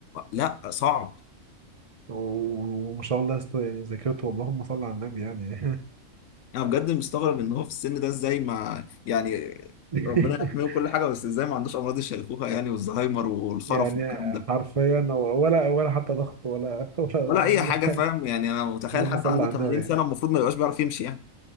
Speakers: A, on the left; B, on the right.
A: لا صعب
B: <laughs> و- وما شاء الله يا اسطى يعني ذاكرته اللهم صل على النبي يعني
A: انا بجد مستغرب ان هو في السن ده ازاي ما يعني
B: <laughs>
A: ربنا يحميه كل حاجه بس ازاي ما عندوش امراض الشيخوخه يعني والزهايمر والخرف
B: يعني
A: والكلام ده
B: حرفيا ولا ولا حتى ضغط ولا <laughs> ولا ولا
A: ولا اي
B: أي
A: حاجه فاهم
B: حاجة
A: يعني انا متخيل
B: اللهم
A: حد
B: صل
A: عنده
B: على
A: 80
B: النبي
A: سنه
B: يعني
A: المفروض ما يبقاش بيعرف يمشي يعني